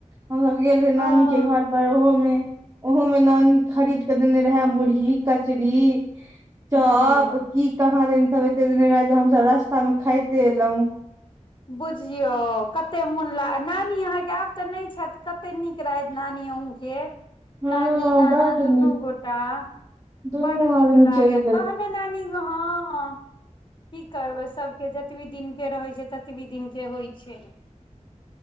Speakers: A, on the right; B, on the left.
A: हमस गेल रहे नानी
B: हँ
A: के घर पर ओहो मे ओहोमे नानी खरीद के देने रहै मुरही कचरी चोप
B: बुझियौ
A: की कहाँ दिन सब एते देने रहै जे हमसब रास्ता मे खाइते एलो
B: बुझियौ कते मोन लाग नानी अहाँके आब तऽ नहि छथि कते नीक रहैत नानी अहुँकेँ
A: हँ
B: नानी नाना
A: बड
B: दूनू
A: नीक
B: गोटा
A: दुनू
B: बड नीक
A: आदमी
B: लागे
A: चलि
B: तहने नानी गाँव हँ की करबै सभके जेतबी दिनके रहै छै तेतबी दिनके होइ छै